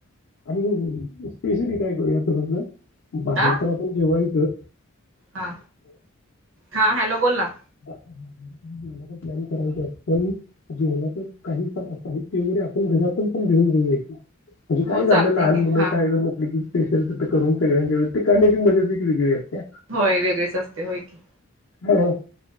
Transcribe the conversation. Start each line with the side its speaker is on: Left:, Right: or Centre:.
Left: आणि स्पेशली काय करूया समजल बाहेर
Right: आ
Left: तर आपण जेवायचं
Right: हा हा हॅलो बोल ना.
Left: जेवणाचा प्लॅन करायचा आहे पण जेवणाच काही ते म्हणजे आपण घरातून पण घेऊन जाऊया की म्हणजे काय
Right: हो चालते
Left: झालं लहान
Right: की
Left: मुलं
Right: हा
Left: काय म्हटलं की स्पेशल तर तर करून सगळ्यांनी नेऊया, ते खाण्याची मजाच एक वेगळी असते.
Right: होय वेगळीच असते होय की.
Left: हो.